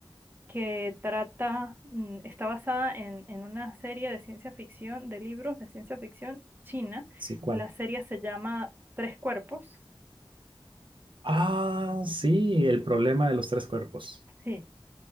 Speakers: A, on the right; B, on the right.
A: que trata, mm, está basada en, en una serie de ciencia ficción, de libros de ciencia ficción china.
B: Sí, ¿cuál?
A: La serie se llama Tres Cuerpos.
B: Ah, sí, el problema de los tres cuerpos.
A: Sí.